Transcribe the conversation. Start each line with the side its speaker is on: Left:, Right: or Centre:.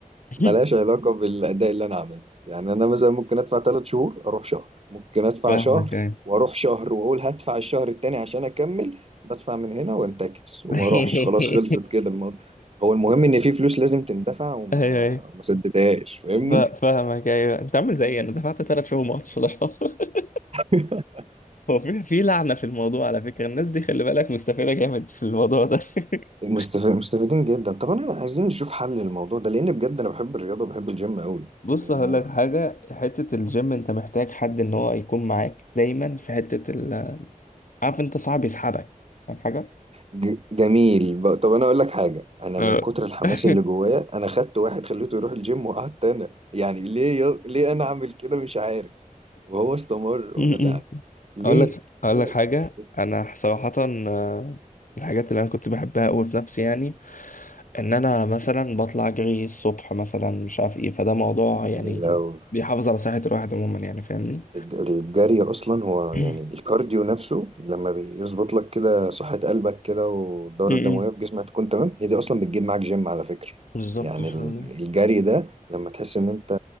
Left: <laughs>
Right: ملهاش علاقة بالأداء اللي أنا عملته يعني أنا مثلا ممكن أدفع ثلاث شهور أروح شهر ممكن أدفع
Left: فاهمك
Right: شهر
Left: ايوه
Right: وأروح شهر وأقول هدفع الشهر التاني عشان أكمل بدفع من هنا وأنتكس وما
Left: <laughs>
Right: أروحش خلاص خلصت كده الموضوع هو المهم إن في فلوس لازم تندفع وما
Left: ايوه ايوه
Right: وما سددهاش فاهمني
Left: فا- فاهمك ايوه انت عامل زيي انا دفعت ثلاث شهور ما رحتش ولا شهر <laughs>
Right: <laughs>
Left: هو في في لعنة في الموضوع على فكرة الناس دي خلي بالك مستفيدة جامد في الموضوع ده <laughs>
Right: مستف- مستفيدين جدا طب أنا عايزين نشوف حل للموضوع ده لأن بجد أنا بحب الرياضة وبحب الجيم قوي
Left: بص
Right: يعني
Left: هقول
Right: أنا
Left: لك حاجة حتة الجيم انت محتاج حد ان هو يكون معاك دايما في حتة ال عارف انت صعب يسحبك فاهم حاجة؟
Right: ج- جميل ب- طب انا اقول لك حاجه انا
Left: آه.
Right: من كتر الحماس
Left: <laughs>
Right: اللي جوايا انا خدت واحد خليته يروح الجيم وقعدت انا يعني ليه ي... ليه انا اعمل كده مش عارف وهو استمر
Left: م-
Right: وانا لا
Left: م.
Right: ليه
Left: اقول لك اقول
Right: انا
Left: لك حاجه
Right: مش-
Left: انا صراحه آه، الحاجات اللي انا كنت بحبها قوي في نفسي يعني ان انا مثلا بطلع اجري الصبح مثلا مش عارف ايه فده موضوع
Right: جميل
Left: يعني
Right: أوي
Left: بيحافظ على صحه الواحد عموما يعني فاهمني
Right: الج- الجري اصلا هو
Left: <coughs>
Right: يعني
Left: <clears throat>
Right: الكارديو نفسه لما بيظبط لك كده صحة قلبك كده والدورة
Left: م-
Right: الدموية
Left: م.
Right: في جسمك تكون تمام هي دي اصلا بتجيب معاك جيم على فكرة
Left: بالظبط
Right: يعني
Left: فاهمني
Right: ال- الجري ده لما تحس ان انت